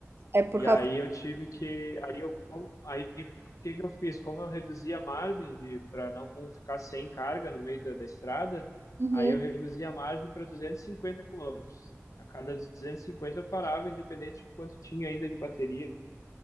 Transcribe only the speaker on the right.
É por
causa.
Uhum.